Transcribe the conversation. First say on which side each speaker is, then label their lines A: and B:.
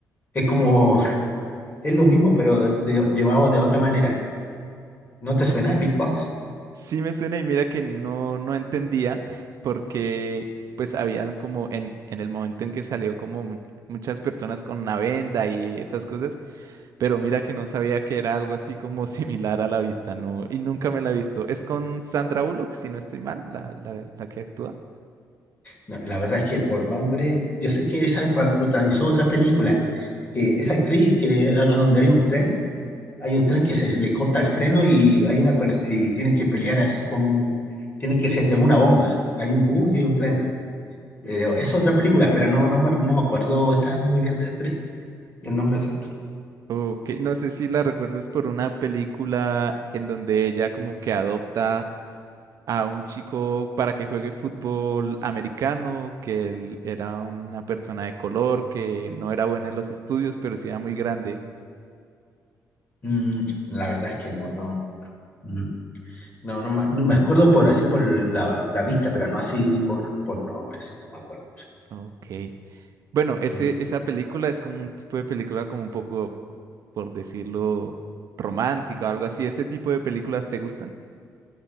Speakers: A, on the left; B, on the right.
A: Es como, <laughs> es lo mismo, pero de- llevado de otra manera. ¿No te suena Birbox?
B: Sí me suena y mira que no, no entendía <laughs> porque pues habían como en, en el momento en que salió como mu- muchas personas con una venda y esas cosas, pero mira que no sabía que era algo así como <laughs> similar a la vista, ¿no? Y nunca me la he visto. Es con Sandra Bullock, si no estoy mal, la, la, la que actúa.
A: No, la verdad es que por nombre, yo sé que esa pro- protagonizó otra película, que esa actriz que a a donde hay un tren, hay un tren que se le corta el freno y hay una pers- y tiene que pelear así con un tienen que gestionar una bomba. Hay un bus y hay un tren. Pero esa es otra película, pero no, no, me, no me acuerdo esa, muy bien esas tres, el nombre de esas tres.
B: Ok, no sé si la recuerdo, es por una película en donde ella como que adopta a un chico para que juegue fútbol americano, que él era una persona de color, que no era buena en los estudios, pero sí era muy grande.
A: Mm, la verdad es que no, no, mm, no, no, me- no me acuerdo por así por la, la vista, pero no así por, por nombre, sí, no me acuerdo.
B: Ok. Bueno, ese,
A: Mm.
B: esa película es como un tipo de película como un poco, por decirlo, romántica o algo así. ¿Ese tipo de películas te gustan?